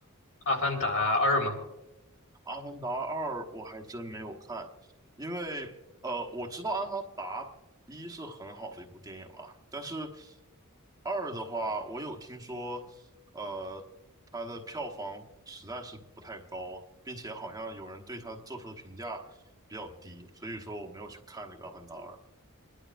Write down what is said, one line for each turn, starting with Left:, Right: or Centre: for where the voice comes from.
Left: 《阿凡达二》吗？
Right: 《阿凡达二》我还真没有看，因为呃，我知道《阿凡达一》是很好的一部电影了，但是二的话，我有听说，呃，它的票房实在是不太高，并且好像有人对它做出的评价比较低，所以说我没有去看这个《阿凡达二》。